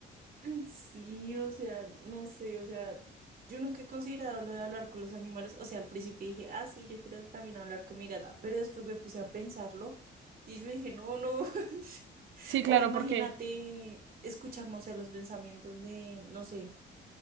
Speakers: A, on the right (about 45°); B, on the right (about 75°).
A: <laughs> Sí, o sea, no sé, o sea, yo nunca he considerado lo de hablar con los animales. O sea, al principio dije, ah, sí, yo quiero también hablar con mi gata, pero después me puse a pensarlo y yo dije, no, no. <laughs>
B: Sí, claro,
A: O imagínate
B: porque
A: escucharnos no los pensamientos de, no sé,